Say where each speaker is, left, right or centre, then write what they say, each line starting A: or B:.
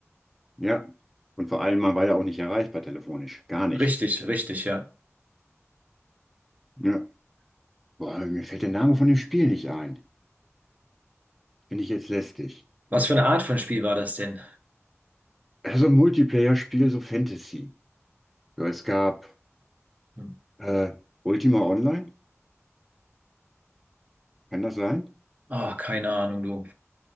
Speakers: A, in the centre; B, on the right.
A: Ja, und vor allem, man war ja auch nicht erreichbar telefonisch. Gar nicht.
B: Richtig, richtig, ja.
A: Ja, boah, mir fällt der Name von dem Spiel nicht ein. Bin ich jetzt lästig.
B: Was für eine Art von Spiel war das denn?
A: Also ein Multiplayer-Spiel, so Fantasy. So, es gab
B: Hm.
A: äh, Ultima Online, kann das sein?
B: Ah, keine Ahnung, du.